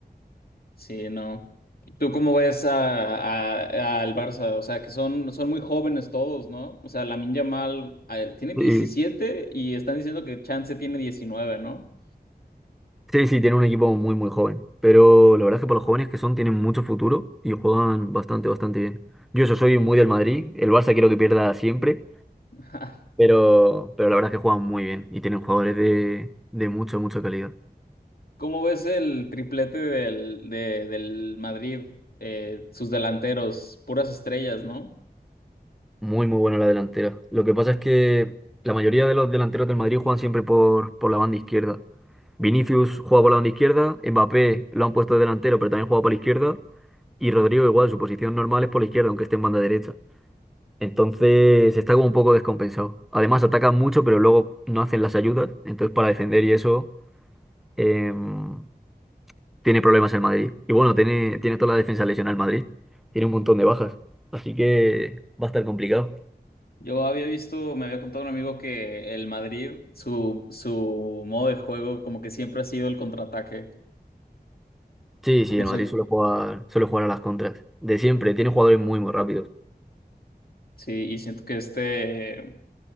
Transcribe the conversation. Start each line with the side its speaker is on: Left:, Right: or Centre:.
Left: Sí, no. ¿Tú cómo ves a, a- al Barça? O sea, que son, son muy jóvenes todos, ¿no? O sea, Lamine Yamal, eh, tiene 17
Centre: Sí,
Left: y están diciendo que Chance tiene 19, ¿no?
Centre: sí, sí, tiene un equipo muy, muy joven. Pero la verdad es que para los jóvenes que son, tienen mucho futuro y juegan bastante, bastante bien. Yo eso soy muy del Madrid, el Barça quiero que pierda siempre,
Left: <laughs>
Centre: pero, pero la verdad es que juegan muy bien y tienen jugadores de, de mucha, mucha calidad.
Left: ¿Cómo ves el triplete del, de- del Madrid? Eh, sus delanteros, puras estrellas, ¿no?
Centre: Muy, muy buena la delantera. Lo que pasa es que la mayoría de los delanteros del Madrid juegan siempre por, por la banda izquierda. Vinicius juega por la banda izquierda, Mbappé lo han puesto de delantero, pero también juega por la izquierda, y Rodrigo igual, su posición normal es por la izquierda, aunque esté en banda derecha. Entonces está como un poco descompensado. Además atacan mucho, pero luego no hacen las ayudas, entonces para defender y eso em, tiene problemas el Madrid. Y bueno, tiene, tiene toda la defensa lesionada el Madrid, tiene un montón de bajas, así que va a estar complicado.
Left: Yo había visto, me había contado un amigo que el Madrid, su, su modo de juego, como que siempre ha sido el contraataque.
Centre: Sí, sí,
Left: No
Centre: el Madrid
Left: sé,
Centre: suele jugar, suele jugar a las contras. De siempre, tiene jugadores muy, muy rápidos.
Left: sí, y siento que este,